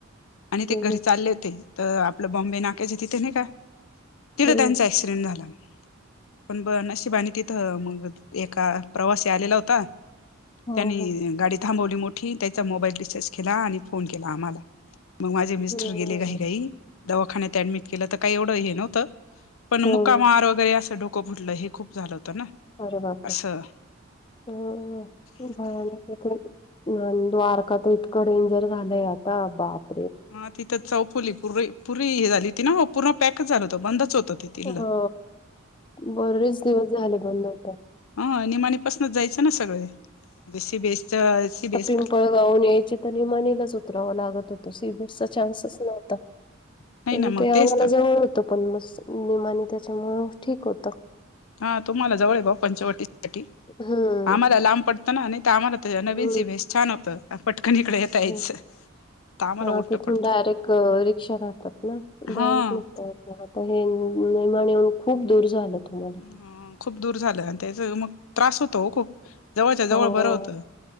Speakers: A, on the left (about 75°); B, on the left (about 25°).
A: आणि ते घरी
B: हम्म.
A: चालले होते, तर आपलं बॉम्बे ना क्याच्या तिथे नाही का? तिला
B: हं,
A: <unintelligible> खुण झाला. पण ब नशिबा ने आणि तिथं मग एका प्रवासी आलेला होता.
B: हं,
A: त्यांनी
B: हं.
A: गाडी थांबवली मोठी, त्याचा मोबाईल रिचार्ज केला आणि फोन केला आम्हाला. मग माझे मिस्टर
B: हं,
A: गेले घाईघाई, दवाखान्यात ऍडमिट केलं, तर काही एवढ हे नव्हतं. पण
B: हं.
A: मुका मार वगैरे असं, डोकं फुटलं, हे खूप झालं होतं ना.
B: अरे बापरे!
A: असं
B: हम् भयानक येथे. अन द्वारका तर इतकं डेंजर झालंय आता बाप
A: हा तिथं चौफुली पुरी पूरी हे झाली होती ना, हो पूर्ण पॅकच झालं होतं बंदच होतं त तिल्लं.
B: हा बरेच दिवस झाले बंद होत.
A: अ निमाणीपासूनच जायचं न सगळे ते सीबीएस च सीबीएस.
B: पिंपळगांव
A: हा
B: ऊन यायची तरी मनीलाच उतरावं लागत होत. सीबीएस चा चान्सच नव्हता,
A: नाही
B: पण
A: ना मग
B: ते आम्हाला
A: तेच तर
B: जवळ होत. पण मस्त निमानी त्याच्यामुळे ठीक होतं.
A: हा तुम्हाला जवळ पंचवटी साठी,
B: हं,
A: आम्हाला लांब पडतं ना, आम्हाला नवीन
B: हं,
A: सीबीएस छान होत. पटकन इकड येता यायचं.
B: हं.
A: तर आम्हाला
B: हा
A: उलटं
B: तिथून
A: पडतं
B: डायरेक्ट रिक्षा राहतात ना,
A: हा
B: डायरेक्ट नी. तर आता हे निमानी ऊन खूप दूर झालं तुम्हाला.
A: अ खूप दूर झालं, आणि त्याच मग त्रास होतो हो खूप. जवळच्या जवळ
B: हो
A: बरं होतं